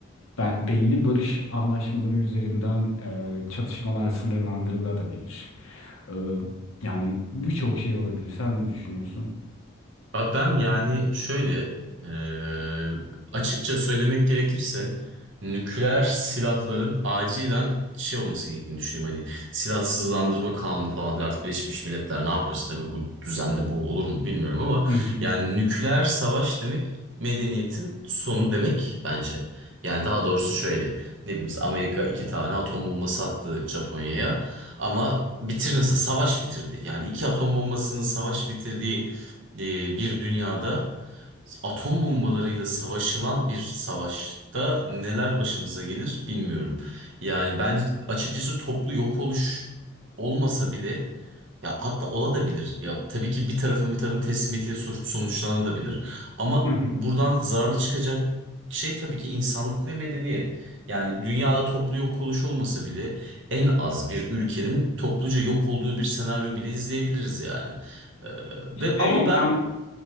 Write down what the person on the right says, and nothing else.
Abi ben yani şöyle eee, açıkça söylemek gerekirse nükleer silahların acilen şey olması gerektiğini düşünüyorum. Hani silahsızlandırma kanunu falan filan. artık Birleşmiş Milletler ne yapıyorsa tabii bu düzende bu olur mu bilmiyorum ama
yani nükleer savaş demek medeniyetin sonu demek bence. Yani daha doğrusu şöyle ne bileyim mesela Amerika iki tane atom bombası attı Japonya'ya ama bitirmesi savaş bitirdi. Yani iki atom bombasının savaş bitirdiği e, bir dünyada atom bombalarıyla savaşılan bir savaşta neler başımıza gelir bilmiyorum. Yani ben açıkçası toplu yok oluş olmasa bile ya hatta olabilir. Ya tabii ki bir tarafın bir tarafın teslimiyetiyle sonuç- sonuçlanabilir. Ama
buradan zararlı çıkacak şey tabii ki insanlık ve medeniyet. Yani dünyada toplu yok oluş olmasa bile en az bir ülkenin topluca yok olduğu bir senaryo bile izleyebiliriz yani. Ve ama
ben